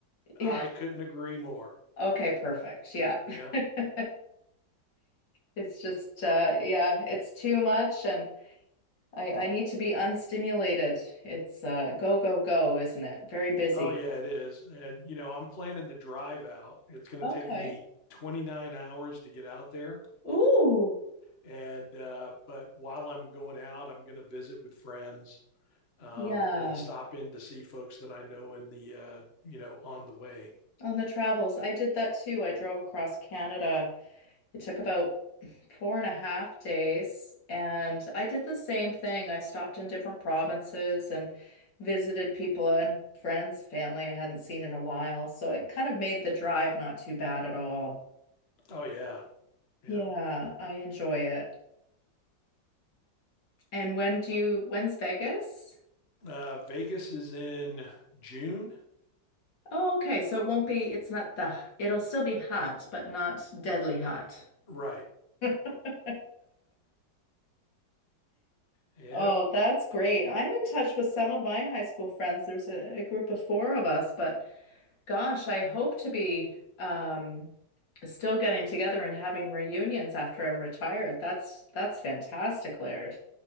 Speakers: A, on the left; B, on the left.
A: yeah.
B: I couldn't agree more.
A: Okay, perfect. Yeah.
B: Yeah.
A: <laughs> It's just uh yeah, it's too much and I I need to be unstimulated. It's uh go go go, isn't it? Very busy.
B: Oh yeah, it is. And you know, I'm planning to drive out. It's going
A: Okay.
B: to take me 29 hours to get out there
A: Ooh.
B: And uh, but while I'm going out, I'm going to visit with friends um,
A: Yeah.
B: and stop in to see folks that I know in the uh, you know on the way.
A: On the travels, I did that too. I drove across Canada It took about four and a half days, and I did the same thing. I stopped in different provinces and visited people and friends, family I hadn't seen in a while. So it kind of made the drive not too bad at all.
B: Oh yeah, yeah.
A: Yeah, I enjoy it. And when do you, when's Vegas?
B: Uh, Vegas is in June,
A: Oh, okay. So it won't be, it's not the, it'll still be hot, but not deadly hot.
B: right?
A: <laughs>
B: <laughs> yeah.
A: Oh, that's great. I'm in touch with some of my high school friends. There's a, a group of four of us, but Gosh, I hope to be um still getting together and having reunions after I'm retired. That's that's fantastic, Laird.